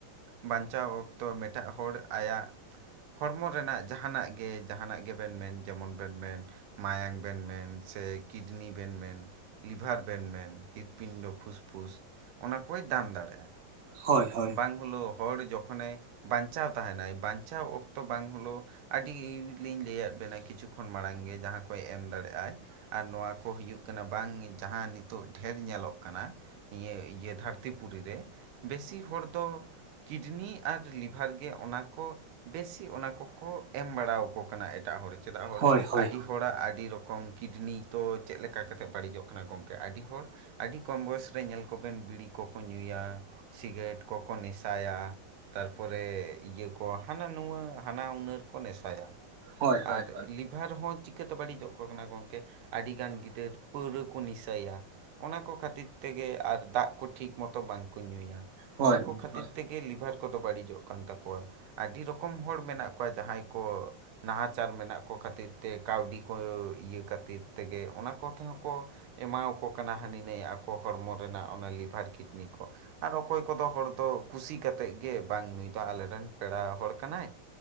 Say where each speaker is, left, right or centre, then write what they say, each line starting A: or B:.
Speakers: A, on the right; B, on the right.
A: ᱵᱟᱧᱪᱟᱣ ᱚᱠᱛᱚ ᱢᱤᱫᱴᱟᱜ ᱦᱚᱲ ᱟᱭᱟᱜ ᱦᱚᱲᱢᱚ ᱨᱮᱱᱟᱜ ᱡᱟᱦᱟᱱᱟᱜ ᱜᱮ ᱡᱟᱦᱟᱱᱟᱜ ᱜᱮᱵᱮᱱ ᱢᱮᱱ, ᱡᱮᱢᱚᱱ ᱵᱮᱱ ᱢᱮᱱ ᱢᱟᱭᱟᱝ ᱵᱮᱱ ᱢᱮᱱ ᱥᱮ ᱠᱤᱰᱱᱤ ᱵᱮᱱ ᱢᱮᱱ ᱞᱤᱵᱷᱟᱨ ᱵᱮᱱ ᱢᱮᱱ ᱦᱨᱤᱫᱯᱤᱱᱰᱚ ᱯᱷᱩᱥᱯᱷᱩᱥ ᱚᱱᱟ ᱠᱚᱭ ᱫᱟᱱ ᱫᱟᱲᱮᱭᱟᱜ-ᱟ ᱾
B: ᱦᱳᱭ ᱦᱳ
A: ᱵᱟᱝ ᱦᱳᱞᱳ ᱦᱚᱲ ᱡᱚᱠᱷᱚᱱᱮ ᱵᱟᱧᱪᱟᱣ ᱛᱟᱦᱮᱱᱟᱭ ᱵᱟᱧᱪᱟᱣ ᱚᱠᱛᱚ ᱵᱟᱝ ᱦᱳᱞᱳ ᱟᱹᱰᱤ ᱜᱤᱞᱤᱧ ᱞᱟᱹᱭᱟᱫ ᱵᱤᱱᱟ ᱠᱤᱪᱷᱩ ᱠᱷᱚᱱ ᱢᱟᱲᱟᱝ ᱜᱮ ᱡᱟᱦᱟᱸ ᱠᱚᱭ ᱮᱢ ᱫᱟᱲᱮᱭᱟᱜ ᱟᱭ ᱾ ᱟᱨ ᱱᱚᱣᱟ ᱠᱚ ᱦᱩᱭᱩᱜ ᱠᱟᱱᱟ ᱵᱟᱝ ᱡᱟᱦᱟᱸ ᱱᱤᱛᱚᱜ ᱰᱷᱮᱨ ᱧᱮᱞᱚᱜ ᱠᱟᱱᱟ ᱱᱤᱭᱟᱹ ᱤᱭᱟᱹ ᱫᱷᱟᱹᱨᱛᱤ ᱯᱩᱨᱩᱨᱤ ᱨᱮ ᱵᱮᱥᱤ ᱦᱚᱲ ᱫᱚ ᱠᱤᱰᱱᱤ ᱟᱨ ᱞᱤᱵᱷᱟᱨ ᱜᱮ ᱚᱱᱟ ᱠᱚ ᱵᱮᱥᱤ ᱚᱱᱟ ᱠᱚᱠᱚ ᱮᱢ ᱵᱟᱲᱟ ᱟᱠᱚ ᱠᱟᱱᱟ ᱮᱴᱟᱜ ᱦᱚᱲ ᱪᱚ ᱪᱮᱫᱟᱜ ᱦᱚᱲ
B: ᱦᱳᱭ ᱦᱳᱭ
A: ᱟᱹᱰᱤ ᱦᱚᱲᱟᱜ ᱟᱹᱰᱤ ᱨᱚᱠᱚᱢ ᱠᱤᱰᱱᱤ ᱛᱚ ᱪᱮᱫ ᱞᱮᱠᱟ ᱠᱟᱛᱮᱫ ᱵᱟᱹᱲᱤᱡᱚᱜ ᱜᱚᱢᱚᱝᱠᱮ ᱟᱹᱰᱤ ᱦᱚᱲ ᱟᱹᱰᱤ ᱠᱚᱢ ᱵᱚᱭᱮᱥ ᱨᱮ ᱧᱮᱞ ᱠᱚᱵᱮᱱ ᱵᱤᱲᱤ ᱠᱚᱠᱚ ᱧᱩᱭᱟ ᱥᱤᱜᱨᱮᱴ ᱠᱚ ᱵᱚᱱ ᱱᱮᱥᱟᱭᱟ᱾ ᱛᱟᱨᱯᱚᱨᱮ ᱤᱭᱟᱹ ᱠᱚ ᱦᱟᱱᱟ ᱱᱩ ᱦᱟᱱᱟ ᱦᱩᱱᱟᱹᱨ ᱠᱚ ᱱᱮᱥᱟᱭᱟ᱾
B: ᱦᱳᱭ
A: ᱟᱨ
B: ᱦᱳᱭ
A: ᱞᱤᱯ ᱵᱮᱷᱟᱨ ᱨᱮᱦᱚᱸ ᱪᱤᱠᱟᱹᱛᱮ ᱵᱟᱹᱲᱤᱡᱚᱜ ᱟᱠ ᱠᱟᱱᱟ ᱜᱚᱢᱠᱮ ᱟᱹᱰᱤᱜᱟᱱ ᱜᱤᱫᱟᱹᱨ ᱯᱟᱹᱣᱨᱟᱹ ᱠᱚ ᱱᱤᱥᱟᱭᱟ᱾ ᱚᱱᱟᱠᱚ ᱠᱷᱟᱹᱛᱤᱨ ᱛᱮᱜᱮ ᱟᱨ ᱫᱟᱜ ᱠᱚ ᱴᱷᱤᱠ ᱢᱚᱛᱚ ᱵᱟᱝᱠᱚ ᱧᱩᱭᱟ᱾
B: ᱦᱳᱭ
A: ᱚᱱᱟ ᱠᱚ ᱠᱷᱟᱹᱛᱤᱨ
B: ᱦᱳᱭ
A: ᱛᱮᱜᱮ ᱞᱤᱵᱷᱟᱨ ᱠᱚᱫᱚ ᱵᱟᱹᱲᱤᱡᱚᱜ ᱠᱟᱱ ᱛᱟᱠᱚᱣᱟ᱾ ᱟᱹᱰᱤ ᱨᱚᱠᱚᱢ ᱦᱚᱲ ᱢᱮᱱᱟᱜ ᱠᱚᱣᱟ ᱡᱟᱦᱟᱸᱭ ᱠᱚ ᱱᱟᱦᱟᱪᱟᱨ ᱢᱮᱱᱟᱜ ᱠᱚ ᱠᱷᱟᱹᱛᱤᱨ ᱛᱮ ᱠᱟᱹᱣᱰᱤ ᱠᱚ ᱤᱭᱟᱹ ᱠᱷᱟᱹᱛᱤᱨ ᱛᱮᱜᱮ ᱚᱱᱟ ᱠᱚ ᱛᱮᱦᱚᱸ ᱠᱚ ᱮᱢᱟᱠᱚ ᱠᱟᱱᱟ ᱦᱟᱹᱱᱤ ᱱᱟᱹᱭ ᱟᱠᱚ ᱦᱚᱲᱢᱚ ᱨᱮᱱᱟᱜ ᱚᱱᱟ ᱞᱤᱵᱷᱟᱨ ᱠᱤᱰᱱᱤ ᱠᱚ ᱟᱨ ᱚᱠᱚᱭ ᱠᱚᱫᱚ ᱦᱚᱲ ᱫᱚ ᱠᱩᱥᱤ ᱠᱟᱛᱮᱫ ᱜᱮ ᱵᱟᱝ ᱱᱩᱭ ᱫᱚ ᱟᱞᱮᱨᱮ ᱨᱮᱱ ᱯᱮᱲᱟ ᱦᱚᱲ ᱠᱟᱱᱟᱭ